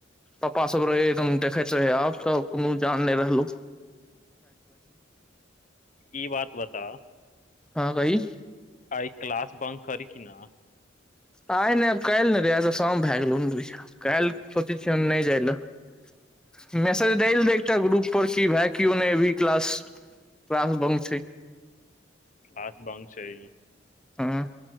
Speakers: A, in the centre; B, on the left (about 40°).
A: पापा सब रहे एकदम देखैत रहै आब त कोनो जान नहि रहलहु
B: ई बात बता
A: हँ कही
B: अ क्लस बन्द कर किना
A: आइ नहि आब काल्हि ने रहै तऽ शाम भए गेलहु रहै काल्हि सोचै छिय नहि जाय लए मसेज दल देखटा ग्रुप पर की भाय केओ नहि अभी क्लास क्लास बंक छै
B: आास भंग छै
A: आँ